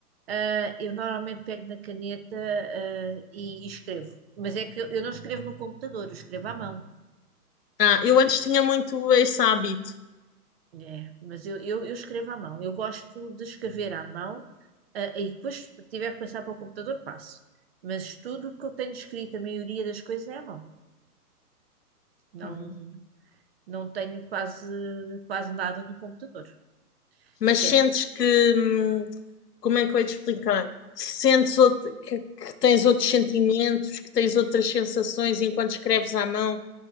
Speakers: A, on the right; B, on the left.
A: ah, eu normalmente pego na caneta, ah, e, e escrevo. Mas é que eu eu não escrevo no computador, eu escrevo à mão.
B: Ah, eu antes tinha muito esse hábito.
A: É, mas eu, eu, eu escrevo à mão. Eu gosto de escrever à mão, ah, e depois se tiver que passar para o computador, passo. Mas tudo o que eu tenho escrito, a maioria das coisas é à mão. Não,
B: Uhum.
A: não tenho quase, quase nada no computador.
B: Mas
A: Chefe,
B: sentes que, hum, como é que eu ia te explicar? Sentes outro- que, que tens outros sentimentos, que tens outras sensações enquanto escreves à mão?